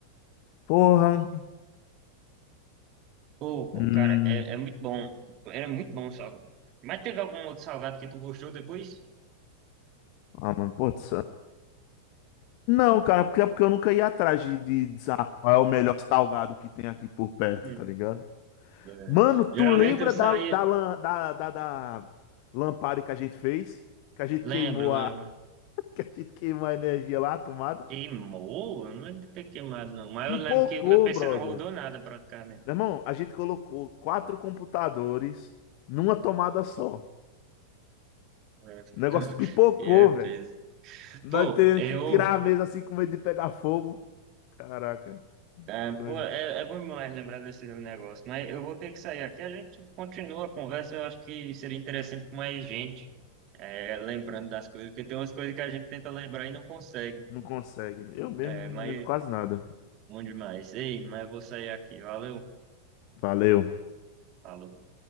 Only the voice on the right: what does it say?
Pô, pô,
cara, é, é muito bom. Era muito bom o salgado. Mas teve algum outro salgado que tu gostou depois?
Hum.
É.
Geralmente
eu saía.
Lembro,
lembro.
Queimou? Eu não lembro de ter queimado, não. Mas
eu lembro que o meu PC
não rodou nada praticamente.
É.
<laughs>
E é peso.
Pô,
eu.
É,
pô, é, é bom demais lembrar desse negócio, mas eu vou ter que sair aqui. A gente continua a conversa. Eu acho que seria interessante com mais gente, é, lembrando das coisas, porque tem umas coisas que a gente tenta lembrar e não consegue.
É,
mas
bom demais. Ei, mas eu vou sair aqui. Valeu.
Falou.